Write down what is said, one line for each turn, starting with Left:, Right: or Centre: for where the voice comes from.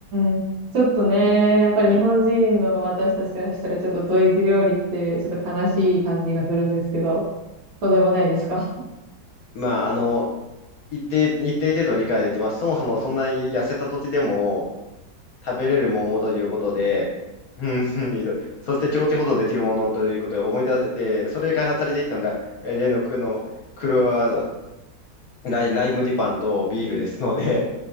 Right: んちょっとね、やっぱり日本人の私たちからしたらちょっとドイツ料理ってちょっと悲しい感じがするんですけど、
Left: はい
Right: とんでもないですか
Left: まあ、あの、一定、一定程度理解できます。そもそもそんな痩せた土地でも食べれるものということで、うんうんいいとそして長期保存できるものということで思い出で、それで開発されていったのが、え例の、くの、クロアライ、ライ麦パンとビールですので、